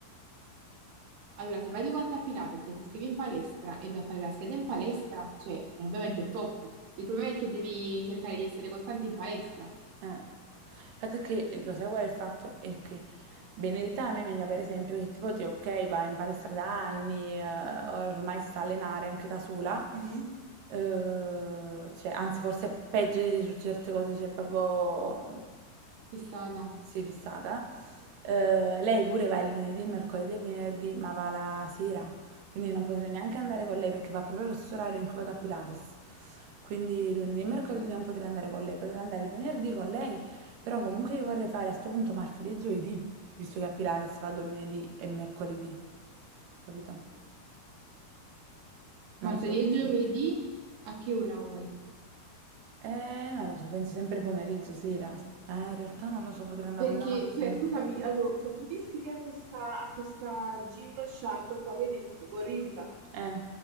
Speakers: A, on the right (about 80°); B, on the right (about 65°).
A: Allora, se vai due volte a Pilates e ti iscrivi in palestra e vai a fare la scheda in palestra, cioè, è ovviamente top. Il problema è che devi cercare di essere costante in palestra.
B: Eh. Il fatto è che, lo sai qual è il fatto? È che Benedetta, la mia amica, per esempio, che tipo te, ok, va in palestra da anni, eh, ormai si sta a allenare anche da sola,
A: Mm,
B: eh, cioè, anzi forse è peggio di te su certe cose, cioè proprio
A: fissata.
B: Sì, fissata. Eh, lei pure va il lunedì, mercoledì e venerdì, ma va la sera. Quindi non potrei neanche andare con lei perché va proprio allo stesso orario in cui vado a Pilates. Quindi lunedì e mercoledì non potrei andare con lei, potrei andare il venerdì con lei, però comunque io vorrei fare a sto punto martedì e giovedì, visto che a Pilates vado lunedì e mercoledì, capito?
A: Martedì
B: Non so.
A: e giovedì, a che ora vuoi?
B: Eh, non lo so, penso sempre pomeriggio, sera. Eh, in realtà non lo so, potrei andare
A: Perché,
B: pure la mattina.
A: cioè, scusami, allora, se tu ti iscrivi a questa, a questa Gymshark qua che hai detto, Gorilla,
B: Eh,